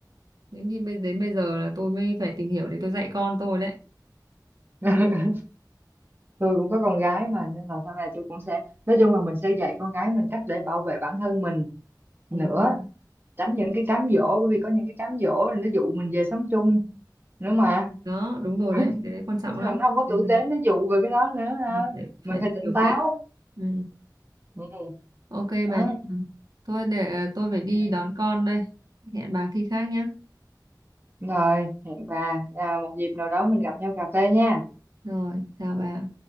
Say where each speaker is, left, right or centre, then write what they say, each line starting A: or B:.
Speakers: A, on the right; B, on the right.
A: đến khi bây- đến bây giờ là tôi mới phải tìm hiểu để tôi dạy con tôi đấy
B: <laughs> tôi cũng có con gái mà nên là sau này tôi cũng sẽ nói chung là mình sẽ dạy con gái mình cách để bảo vệ bản thân mình nữa
A: Đúng rồi.
B: tránh những cái cám dỗ bởi vì có những cái cám dỗ là nó dụ mình về sống chung nữa mà
A: đó
B: <laughs>
A: đúng rồi
B: có
A: đấy
B: những
A: cái đấy quan trọng
B: những thằng
A: lắm
B: nó không có
A: Nên
B: tử
A: mình
B: tế nó dụ về cái đó nữa ha.
A: phải
B: mình
A: phải
B: phải
A: tìm
B: tỉnh
A: hiểu
B: táo
A: kỹ ừ.
B: ừ.
A: ok
B: đó
A: bà nhé thôi để ờ, tôi phải đi
B: ừ.
A: đón con đây hẹn bà khi khác nhé
B: rồi hẹn bà à, một dịp nào đó mình gặp nhau cà phê nha
A: rồi chào bà